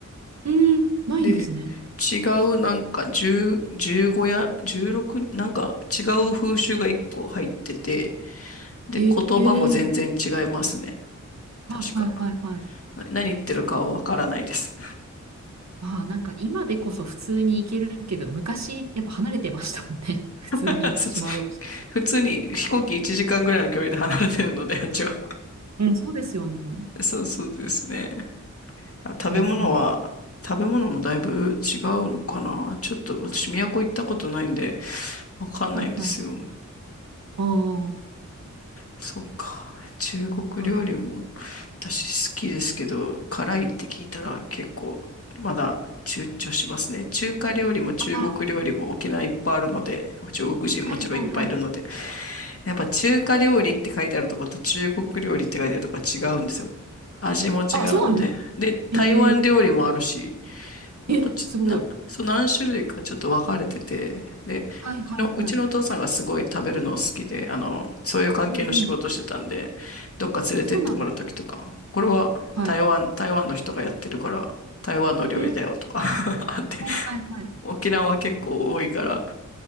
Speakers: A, on the right; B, on the left.
A: うーん、ないんですね。
B: で、違うなんか10、15や16、なんか違う風習が1個入ってて、で、
A: へえ。
B: 言葉も全然違いますね。確か。
A: あ、はいはいはい。
B: な何言ってるかはわからないです。
A: そうです。まあなんか今でこそ普通に行けるけど、昔やっぱ離れてましたもんね。<laughs> 普通に島同士。
B: <laughs> そうそう普通に飛行機1時間ぐらいの距離で離れてるので、<laughs> あっちは。
A: うん、そうですよね。
B: そうそうですね。あ食べ物は、
A: うんうん。
B: 食べ物もだいぶ違うのかな。ちょっと私、都行ったことないんで、わかんないんですよ。
A: はいはいはい。ああ、
B: そうか。中国料理も
A: はい。
B: 私好きですけど、辛いって聞いたら結構まだ躊躇しますね。中華料理も中国料理も沖縄いっぱいあるので、
A: あ、
B: 中国人もちろんいっぱいいるので、
A: はいはいはい。
B: やっぱ中華料理って書いてあるとこと中国料理って書いてあるとこは違うんですよ。味も違うので。
A: あ、そうなんですか。
B: で、
A: ええ。
B: 台湾料理もあるし、なんかちょ、
A: え、すごい。
B: な、そう何種類かちょっと分かれてて、で、
A: はいはいはい。
B: ちの、うちのお父さんがすごい食べるのを好きで、あの、そういう関係の仕事をしてたんで、
A: うんうん。
B: どっか連れてってもらうときとか、
A: そうなんです。
B: これは台湾、
A: はい。
B: 台湾の人がやってるから、台湾の料理だよとか
A: うん。
B: <laughs> あって、
A: はいはいはい。
B: 沖縄は結構多いから、